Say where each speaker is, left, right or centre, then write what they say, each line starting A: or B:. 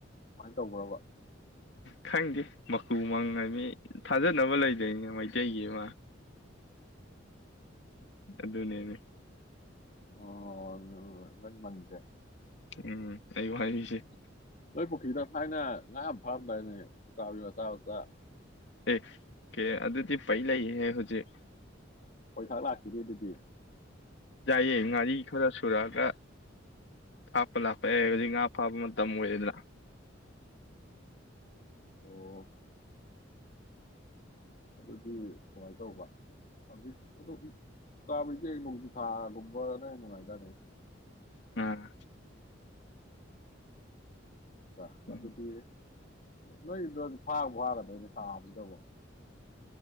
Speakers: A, on the left; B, on the left.
A: ꯀꯃꯥꯏꯅ ꯇꯧꯕ꯭ꯔꯕ
B: ꯈꯪꯗꯦ ꯃꯀꯨ ꯃꯪꯉ ꯃꯤ ꯊꯥꯖꯅꯕ ꯂꯩꯗꯣꯏꯅꯦ ꯃꯩꯇꯩꯒꯤ ꯑꯃ
A: ꯎꯝ
B: ꯑꯗꯨ ꯑꯗꯨꯅꯦꯅꯦ
A: ꯑꯣ ꯂꯪ ꯃꯪꯖꯦ
B: ꯎꯝ ꯑꯩ ꯋꯥꯔꯤꯁꯦ
A: ꯅꯣꯏ ꯄꯨꯈ꯭ꯔꯤꯗ ꯊꯥꯏꯅ ꯉꯥ ꯐꯥꯔꯝꯗꯥꯏꯅꯦ ꯎꯀꯥꯕꯤ ꯃꯆꯥ ꯃꯆꯥ
B: ꯑꯦ ꯀꯦ ꯑꯗꯨꯗꯤ ꯄꯩꯂ ꯍꯦ ꯍꯧꯖꯤꯛ
A: ꯄꯣꯏꯊꯥꯛ ꯂꯥꯛꯈꯤꯗꯦ ꯑꯗꯨꯗꯤ
B: ꯌꯥꯏꯑꯦ ꯉꯥꯔꯤ ꯈꯔ ꯁꯨꯔꯛꯑꯒ ꯍꯥꯞꯄ ꯂꯥꯛꯄ ꯌꯥ ꯍꯧꯖꯤꯛ ꯉꯥ ꯐꯥꯕ ꯃꯇꯝ ꯑꯣꯏꯌꯦꯗꯅ
A: ꯑꯣ ꯑꯗꯨꯗꯤ ꯀꯃꯥꯏꯅ ꯇꯧꯕ ꯍꯧꯖꯤꯛ ꯑ ꯀꯥꯕꯩꯁꯦ ꯅꯣꯡꯖꯨ ꯊꯥꯒꯨꯝꯕꯅ ꯅꯨꯡꯉꯥꯏꯗꯥꯅꯦ
B: ꯑꯥ
A: ꯑꯥ
B: ꯎꯝ
A: ꯑꯗꯨꯗꯤ ꯅꯣꯏꯗꯣ ꯍꯧꯖꯤꯛ ꯐꯥꯔ ꯐꯥꯔꯗꯣꯏꯅꯦ ꯁꯥꯕꯗꯨꯗꯧꯕ